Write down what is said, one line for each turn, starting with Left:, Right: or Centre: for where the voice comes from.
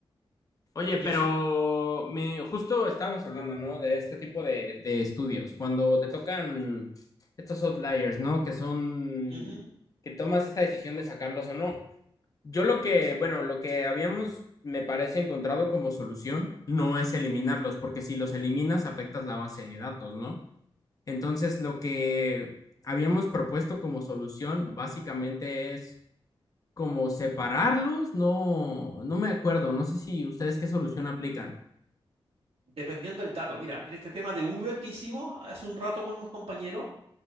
Left: Oye,
Right: y
Left: pero
Right: eso,
Left: me, justo estábamos hablando, ¿no? De este tipo de, de estudios. Cuando te tocan estos outliers, ¿no? Que son,
Right: ujú,
Left: que tomas esta decisión de sacarlos o no. Yo lo que, bueno, lo que habíamos, me parece, encontrado como solución no es eliminarlos, porque si los eliminas afectas la base de datos, ¿no? Entonces, lo que habíamos propuesto como solución básicamente es como separarlos, no, no me acuerdo, no sé si ustedes qué solución aplican.
Right: dependiendo del dato. Mira, en este tema de Uber que hicimos hace un rato con unos compañeros,